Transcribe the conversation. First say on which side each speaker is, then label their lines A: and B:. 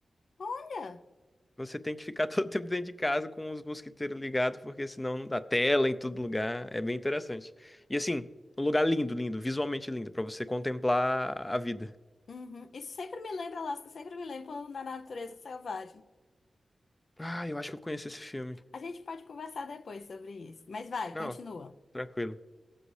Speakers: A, on the left; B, on the left.
A: Olha.
B: Você tem que ficar <laughs> todo tempo dentro de casa com os mosquiteiros ligados, porque senão não dá tela em todo lugar. É bem interessante. E assim, um lugar lindo, lindo, visualmente lindo, pra você contemplar a vida.
A: Uhum. Isso sempre me lembra Alasca, sempre me lembra na natureza selvagem.
B: Ah, eu acho que eu conheço esse filme.
A: A gente pode conversar depois sobre isso. Mas vai,
B: Não,
A: continua.
B: tranquilo.